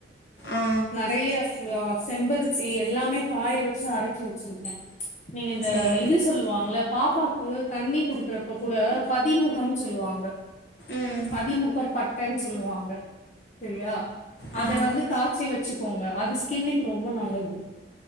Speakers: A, on the left (about 70°); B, on the left (about 40°).
A: ஆ
B: நெறைய ஸ்வா செம்பருத்தி எல்லாமே காய வெச்சு அரச்சு வெச்சுருக்கெ நீங்க இந்த
A: சரி
B: இது சொல்லுவாங்க்ள பாப்பாக்கூ தண்ணி குடுக்குறப்ப கூட பதிமுகம் சொல்லுவாங்க
A: ம்
B: பதிமுகப் பட் டென் சொல்லுவாங்க செரியா
A: ஆ
B: அத வந்து காச்சி வெ சுக்கோங்க அது ஸ்கின்னுக்கு ரொம்ப நல்லது